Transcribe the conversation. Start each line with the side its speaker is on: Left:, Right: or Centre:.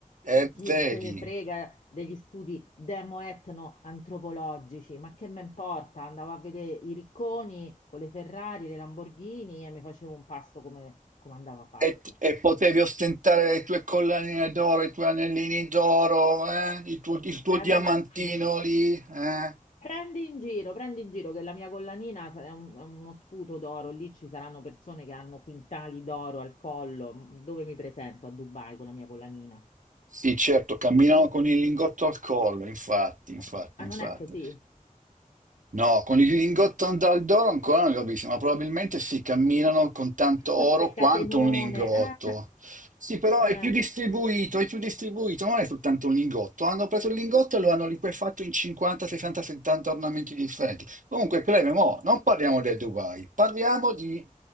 Right: e
Left: Chi
Right: vedi.
Left: se ne frega degli studi demo-etno-antropologici, ma che me importa? Andavo a vedere i ricconi con le Ferrari, le Lamborghini e mi facevo un pasto come, come andava fatto.
Right: E, e potevi ostentare le tue collanine d'oro, i tuoi anellini d'oro, eh? Il tuo, il tuo
Left: Eh
Right: diamantino
Left: beh, ma mm,
Right: lì, eh?
Left: prendi in giro, prendi in giro che la mia collanina è, un- è uno sputo d'oro. Lì ci saranno persone che hanno quintali d'oro al collo. Mm, Dove mi presento a Dubai con la mia collanina?
Right: Sì, certo, camminavo con il lingotto al collo, infatti, infatti,
Left: Eh, ah,
Right: infatti.
Left: non è così?
Right: No, con il lingotto dal d'oro ancora non li ho visti, ma probabilmente si camminano con tanto
Left: Queste
Right: oro
Left: catenone.
Right: quanto un lingotto.
Left: Eh,
Right: Sì, però
Left: eh.
Right: è più distribuito, è più distribuito, non è soltanto un lingotto. Hanno preso il lingotto e lo hanno liquefatto in 50, 60, 70 ornamenti differenti. Comunque, Cleme, mo, non parliamo del Dubai, parliamo di